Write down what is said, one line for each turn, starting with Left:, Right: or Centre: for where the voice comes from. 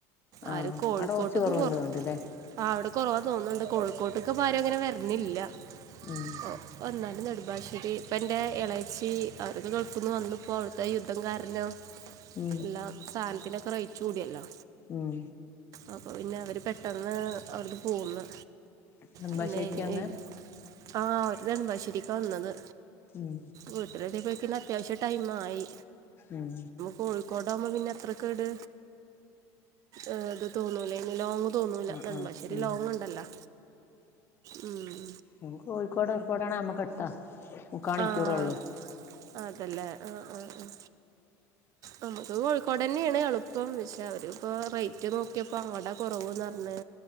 Left: ആ
Right: ആരും കോഴിക്കോട്ട്ക്ക്
Left: അവിടെ കുറച്ച് കുറവുണ്ട്
Right: കൊറ
Left: തോന്നുന്നുണ്ടല്ലേ
Right: ആഹ് അവിടെ കുറവാ തോന്നുന്നുണ്ട് കോഴിക്കോട്ട്ക്ക് പ്പ ആരും അങ്ങനെ വര്ണ്ല്ല
Left: ഉം
Right: ഓഹ് വന്നാലും നെടുമ്പാശ്ശേരി ഇപ്പൊ എന്റെ എളേച്ചി അവരൊക്കെ ഗൾഫിന്ന് വന്ന്പ്പോ അവിടുത്തെ യുദ്ധം കാരണം അറിഞ്ഞോ
Left: ഉം
Right: എല്ലാം സാധനത്തിനൊക്കെ റേറ്റ് കൂടിയല്ലോ
Left: ഉം
Right: അപ്പൊ പിന്നെ അവര് പെട്ടെന്ന് അവിടുന്ന് പോന്ന്
Left: നെടുമ്പാശ്ശേരിക്കാന്ന്
Right: പിന്നെ ഈ ആഹ് ഓര് നെടുമ്പാശ്ശേരിക്കാ വന്നത്
Left: ഉം
Right: വീട്ടിലെത്തിയപ്പോയെക്കിന് ‌ അത്യാവശ്യം ടൈമായി
Left: ഉം
Right: കോഴിക്കോടകുമ്പോ പിന്നെ അത്ര കേട് ഏഹ് ഇത് തോന്നൂല്ലെനു ലോങ്ങ്‌ തോന്നൂല്ല
Left: ആ
Right: നെടുമ്പാശ്ശേരി
Left: ആ ഉം
Right: ലോങ്ങ് ഉണ്ടല്ലോ ഉം
Left: ഓൻ കോഴിക്കോട് എയർപോർട്ട് ആണേൽ നമ്മക്ക് അടുത്താ മുക്കാ മണിക്കൂറേ
Right: ആഹ്
Left: ഉള്ളൂ
Right: അതല്ലേ ആഹ് ആഹ് ആഹ് നമ്മക്ക് കോഴിക്കോടെന്നെയാണ് എളുപ്പം ക്ഷെ അവരിപ്പോ റേറ്റ് നോക്കിയപ്പോ അങ്ങോട്ടാ കുറവുന്ന് പറഞ്ഞെ